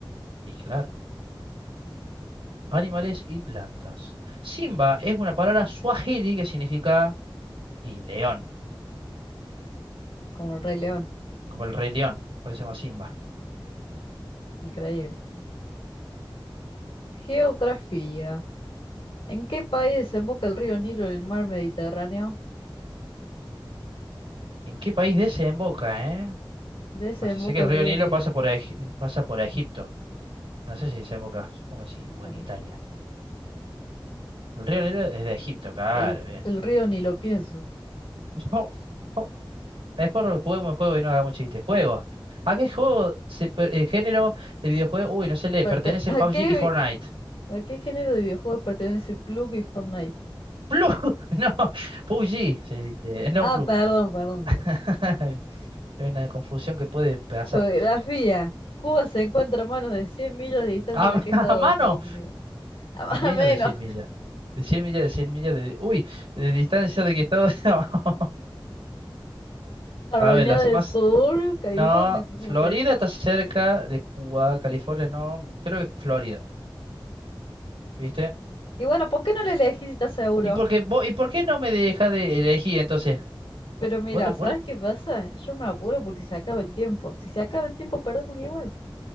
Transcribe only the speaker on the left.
como el Rey León.
Increíble. Geografía. ¿En qué país desemboca el río Nilo en el mar Mediterráneo?
Desemboca
el
río
Nilo.
Bueno,
sí.
El,
el río Nilo, pienso.
Perte-
<laughs> ¿A
qué
¿A qué género de videojuegos pertenece Plug y Fortnite?
Ah,
perdón, perdón.
perdón.
Geografía. Cuba se encuentra a menos de 100 millas de distancia
de
qué estado
de Estados Unidos. <laughs> A más
o menos.
Carolina
del
Sur, California,
supongo
que.
Y bueno, ¿por qué no le elegí si estás seguro?
Pero mira,
¿sabes qué pasa? Yo me apuro porque se acaba el tiempo. Si se acaba el tiempo, perdemos igual.